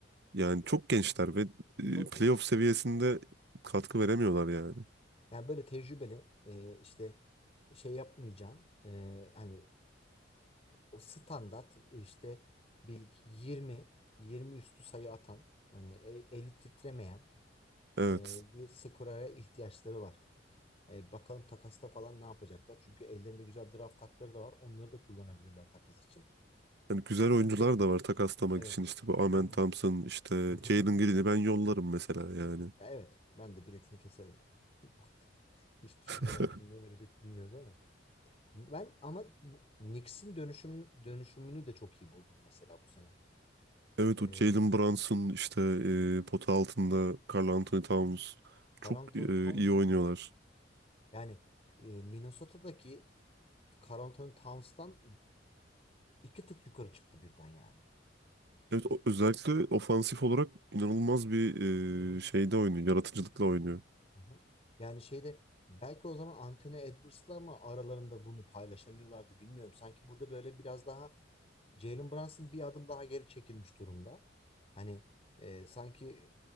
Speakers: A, on the right; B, on the left.
A: yani çok gençler ve e,
B: çok
A: playoff
B: gençler
A: seviyesinde
B: canım.
A: katkı veremiyorlar yani.
B: Yani böyle tecrübeli e, işte şey yapmayacağın e, hani o standart işte bir 20 20 üstü sayı atan hani e- eli titremeyen
A: Evet.
B: e, bir skorera ihtiyaçları var. E, bakalım takasta falan ne yapacaklar? Çünkü ellerinde güzel draft hakları da var. Onları da kullanabilirler takas için.
A: Yani güzel
B: Sanki
A: oyuncular da var takaslamak
B: evet
A: için işte bu Amen
B: hani
A: Thompson işte
B: hı hı.
A: Jalen Green'i ben yollarım mesela yani.
B: Ya evet ben de biletini keserim yani. <laughs> Bak hiç düşünmeden
A: <laughs>
B: kim ne verecek bilmiyoruz ama. Ben ama bu- Knicks'in dönüşüm, dönüşümünü de çok iyi buldum mesela bu sene.
A: Evet
B: Ee,
A: o Jalen Brunson işte e, pota altında Karl Anthony Towns
B: Carlton
A: çok e,
B: Towns
A: iyi oynuyorlar.
B: yani e, Minnesota'daki Carlton Towns'tan iki tık yukarı çıktı birden yani.
A: Evet
B: Ee,
A: o- özellikle ofansif olarak inanılmaz bir
B: evet.
A: e, şeyde oynuyor, yaratıcılıkla oynuyor.
B: Aha. Yani şeyde belki o zaman Anthony Edwards'la mı aralarında bunu paylaşamıyorlardı bilmiyorum. Sanki burada böyle biraz daha Jalen Brunson bir adım daha geri çekilmiş durumda. Hani e, sanki